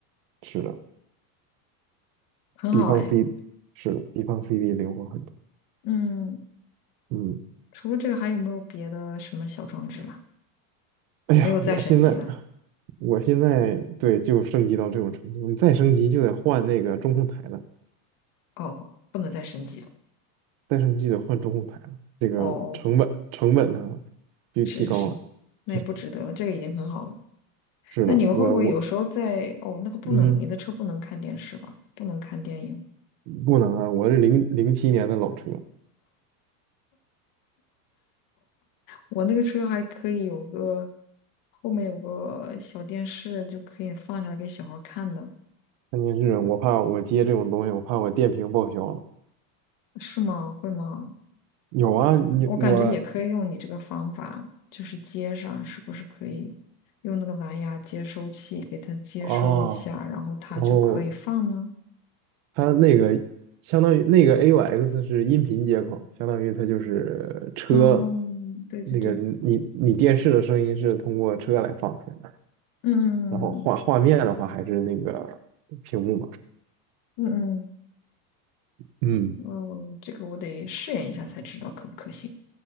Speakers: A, on the right; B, on the left.
A: 是的。
B: 很好哎。
A: 比方 C 是的，比方 CD 灵活很多。
B: 嗯，
A: 嗯，
B: 除了这个，还有没有别的什么小装置了？
A: 哎呀，
B: 没有再升级了，
A: 我现在我现在对就升级到这种程度，你再升级就得换那个中控台了，
B: 哦，不能再升级了，
A: 再升级就得换中控台了，这个成本成本呢
B: 哦，
A: 就提高了。
B: 是是是，那也不值得了，
A: <laughs>
B: 这个已经很好了。
A: 是的，
B: 那你们会不会有时候在，
A: 我我
B: 哦，那个不能，
A: 嗯，
B: 你的车不能看电视吧？不能看电影，
A: 不能啊，我是零零七年的老车，
B: 我那个车还可以有个后面有个小电视，就可以放下来给小孩儿看的。
A: 关键是我怕我接这种东西，我怕我电瓶报销了。
B: 是吗？会吗？
A: 有啊，你我啊，
B: 我感觉也可以用你这个方法，就是接上，是不是可以用那个蓝牙接收器给它接收一下，
A: 哦，
B: 然后它就可以放呢？
A: 哦它那个相当于那个 AUX 是音频接口，相当于它就是车
B: 嗯，对对对，
A: 那个你你电视的声音是通过车来放出来的，
B: 嗯
A: 然后画画面的话还是那个屏幕嘛。
B: 嗯嗯
A: 嗯，
B: 嗯，嗯，这个我得试验一下才知道可不可行。